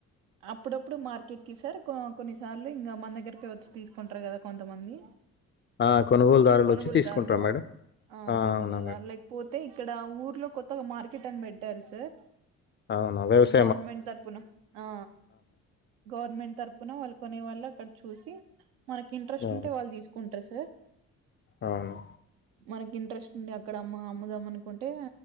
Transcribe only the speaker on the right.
అప్పుడప్పుడు మార్ ఎక్కి సార్ కొన్నిసార్లు ఇంగా మన దగ్గరకేవోచ్చి తీసుకుంటారు కదా కొంతమంది
కొనుగోలుదారులు
ఆ కొనుగోలుదారు
లేకపోతే ఇక్కడ ఊర్లో కొత్తగా మార్ కేట్ అని పెట్టారు సార్
గవర్నమెంట్ తరపున ఆ గవర్నమెంట్ తరపున వాళ్ళు కొనే వాళ్ళు అక్కడ చూ సి మనక్ ఇంట్రస్ట్
ఉంటే వాళ్ళ తీసుకుంటారు ట్రెసు
మనకి ఇంట్రెస్ట్ ఉండి అక్కడ అమ్మ అమ్ముదమ్ అనుకుంటే